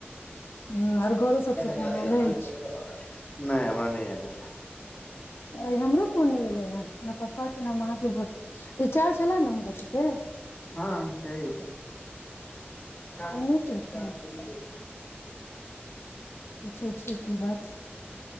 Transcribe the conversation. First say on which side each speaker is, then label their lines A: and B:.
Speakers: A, on the left; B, on the left.
A: ह आर घरो सभसँ
B: जाती
A: फोन
B: है
A: आयल
B: ना पानी
A: अछि
B: ऊपर पूरा पाता नहि हमरा नहि आयल त
A: आइ हमरो कोन नहि एयलै हेन हमरा पपापाके न अहाँके भो टीचार छले ने हुनकर सभके
B: हँ से ही होत क
A: आइ नहि केलखिन हँ
B: कल
A: पूछै छिय की बात